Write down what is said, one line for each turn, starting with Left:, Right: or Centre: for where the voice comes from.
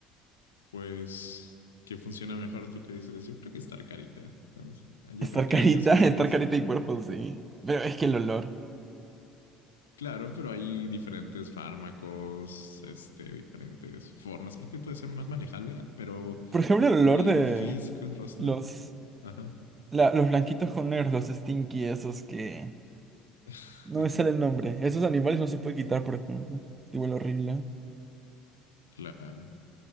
Left: pues qué funciona mejor tú que dices, yo creo que estar carita, ¿sabes? Ah, Yo
Right: Estar
Left: creo que
Right: carita,
Left: hay los suficientes.
Right: <laughs> estar carita y cuerpo, sí. Pero es que el olor.
Left: Claro, pero hay diferentes fármacos, este, diferentes formas. Creo que puede ser más manejable, ah, pero
Right: Por ejemplo, el olor
Left: el
Right: de
Left: físico es rostro.
Right: los...
Left: Ajá.
Right: La- los blanquitos con negros, los stinky, esos que...
Left: <laughs>
Right: No me sale el nombre. Esos animales no se puede quitar, por ejemplo. Y huele horrible.
Left: Claro.